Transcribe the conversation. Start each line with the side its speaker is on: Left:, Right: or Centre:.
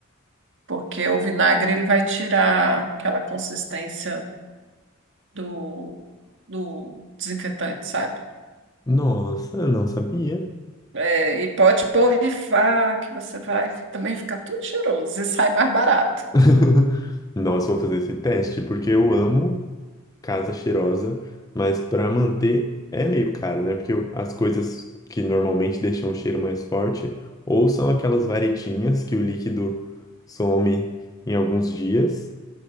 Right: porque o vinagre ele vai tirar aquela consistência do, do desinfetante, sabe?
Left: Nossa, não sabia.
Right: É, e pode borrifar, que você vai também ficar tudo cheiroso e sai mais barato.
Left: <laughs> Nossa, vou fazer esse teste porque eu amo casa cheirosa, mas para manter é meio caro, né? Porque o- as coisas que normalmente deixam o cheiro mais forte ou são aquelas varetinhas que o líquido some em alguns dias